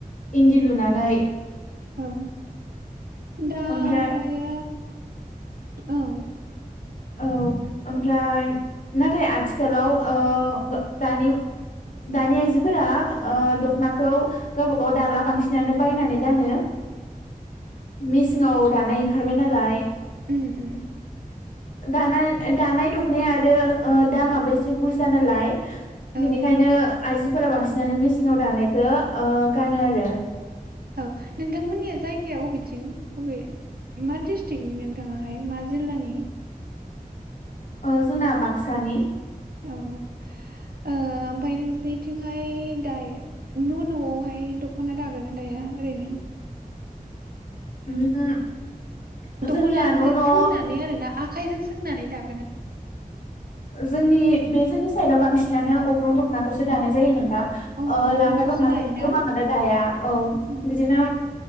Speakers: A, on the left (about 60°); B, on the right (about 85°).
A: इन्दि लुनानै
B: औ दा
A: ओमफ्राय
B: ओमफ्रायो औ।
A: औ ओमफ्राय नाथाय आथिखालाव ओ दानि दानि आइजोफोरा दख'नाखौ गावबा गाव दाला बांसिनानो बायनानै गानो। मिसिंआव
B: उम
A: दानाय ओं खारबाय नालाय।
B: उम उम
A: दानाय दानाय दुखनाय आरो ओ दामाबो एसे बुरजा नालाय।
B: औ
A: बिनिखायनो आइजोफोरा बांसिनानो मेसिं आव दानायखौ ओ गानो आरो
B: औ नोंथांमोननिया जायगाया अबेथिं अबे मा डिस्ट्रिकनि नोंथाङाहाय मा? जिल्लानि
A: ओ जोंना बाक्सानि ।
B: औ औ ओमफफ्राय नोंसिनिथिंहाय दायो न' न'आवहाय दख'ना दागोन ना दाया ओरैनो?
A: <unintelligible> जोंनिया
B: दख'ना
A: न'
B: जे
A: न'
B: सोंनानै आरोना आखायजों सो सोंनानै दा
A: जोंनि बे जोंनि साइडआव बांसिनानो अग्रं दखनाखौसो दानाय जा जायोनो थां
B: अ
A: ओ
B: अग्रंखौसो
A: लांगा दखनाखौ
B: दायोना
A: गोबां आनो दाया ओ
B: उम
A: बिदिनो